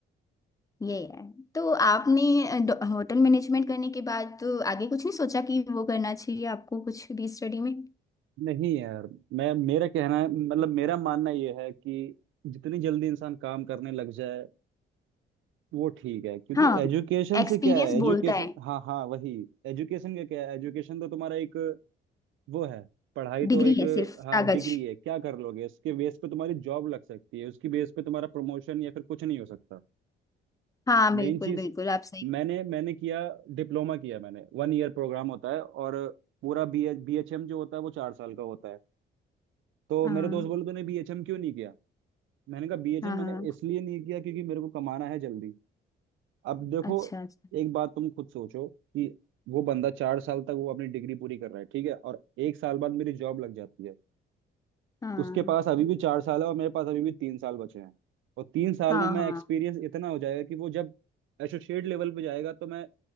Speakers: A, on the left; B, on the right.
A: ये है तो आपने अ, डॉ- होटल मैनेजमेंट करने के बाद तो आगे कुछ नहीं सोचा कि वो करना चाहिए आपको कुछ भी स्टडी में
B: नहीं यार मैं मेरा कहना है मतलब मेरा मानना यह है कि जितनी जल्दी इंसान काम करने लग जाए वो ठीक है क्योंकि
A: हाँ
B: एजुकेशन
A: एक्सपीरियंस
B: से क्या है एजुकेशन
A: बोलता है
B: हाँ हाँ वही एजुकेशन का क्या है एजुकेशन तो तुम्हारा एक वो है पढ़ाई तो
A: डिग्री
B: एक
A: है सिर्फ
B: हाँ
A: कागज
B: डिग्री है क्या कर लोगे उसके बेस पे तुम्हारी जॉब लग सकती है उसकी बेस पे तुम्हारा प्रमोशन या फिर कुछ नहीं हो सकता
A: हाँ बिल्कुल
B: मेन चीज
A: बिल्कुल आप सही
B: मैंने मैंने किया डिप्लोमा किया मैंने वन ईयर प्रोग्राम होता है और पूरा बी बी एच एम जो होता है वो चार साल का होता है तो
A: हाँ
B: मेरे दोस्त बोले तूने बी एच एम क्यों नहीं किया मैंने कहा बीएचए
A: हाँ
B: मैंने
A: हाँ
B: इसलिए नहीं किया क्योंकि मेरे को कमाना है जल्दी अब देखो
A: अच्छा अच्छा
B: एक बात तुम खुद सोचो कि वो बंदा चार साल तक वो अपनी डिग्री पूरी कर रहा है ठीक है और एक साल बाद मेरी जॉब लग जाती है
A: हाँ
B: उसके पास अभी भी चार साल है और मेरे पास अभी भी तीन साल बचे हैं और तीन साल
A: हाँ
B: में मैं
A: हाँ
B: एक्सपीरियंस इतना हो जाएगा कि वो जब एसोसिएट लेवल पे जाएगा तो मैं